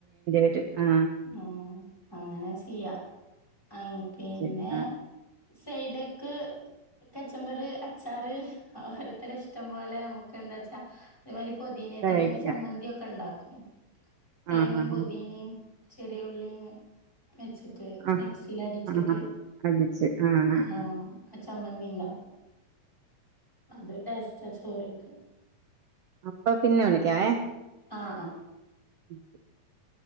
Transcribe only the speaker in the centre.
ഉം അങ്ങനെ ചെയ്യാ ഐയ് പിന്നെ
സൈഡിക്ക് കച്ചമ്പറ് അച്ചാറ് ഓരോരുത്തരെ ഇഷ്ടം പോലെ നമ്മുക്ക് എന്താച്ചാ അതേ മാതിരി പൊതിനെ
ട്ടെന്നെ ഒരു ചമ്മന്തിയൊക്കെണ്ടാക്കും തേങ്ങയും
പൊതീനിം ചെറിയ ഉള്ളിങ് വെച്ചിട്ട്
മിക്സിലടിച്ചിട്ട്
<unintelligible>
സമ്മന്തി ണ്ടാക്കും അത് ഡെസ്‌റ്റ ചോറിൽക്ക്
ആഹ് ആ ഹ്